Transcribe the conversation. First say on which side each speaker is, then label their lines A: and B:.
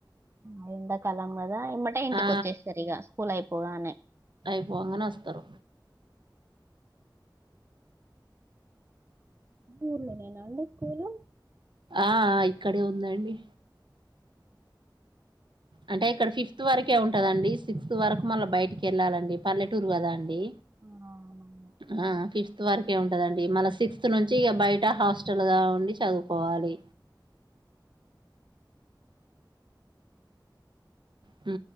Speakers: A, on the right (about 35°); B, on the right (about 80°).
A: ఆ ఎండకాలం కదా ఇమ్మట ఇంటికి
B: ఆ
A: వచ్చేసరి ఇక స్కూల్ అయిపోగానే
B: అయిపోగానే వస్తారు
A: ఊర్లోనేేనుంద స్కూలు
B: ఆ ఇక్కడే ఉందండి అంటే ఇక్కడ ఫిఫ్త్ వరకే ఉంటదండి సిక్స్త్ వరకు మళ్ళా బయటికి వెళ్ళాలండి పల్లెటూరు కదా అండి
A: అవునవును
B: ఆ ఫిఫ్త్ వరకే ఉంటదండి మళ సిక్స్త్ నుంచి ఇ బయట హాస్టల్గా ఉండి చదువుకోవాలి ఆ